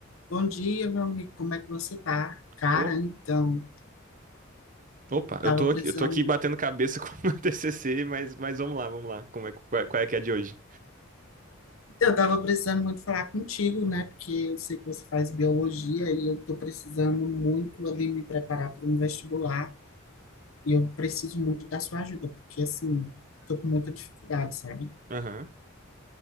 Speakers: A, on the left; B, on the right.
A: Bom dia, meu amigo. Como é que você tá? Cara,
B: Ô,
A: então,
B: Opa,
A: tava
B: eu tô
A: precisando,
B: aqui, eu tô aqui batendo cabeça <laughs> com o meu TCC, mas, mas vamos lá, vamos lá. Como é, qual, é qual é que é a de hoje?
A: eu tava precisando muito falar contigo, né? Porque eu sei que você faz biologia e eu tô precisando muito ali me preparar para um vestibular e eu preciso muito da sua ajuda, porque assim, tô com muita dificuldade, sabe?
B: Aham.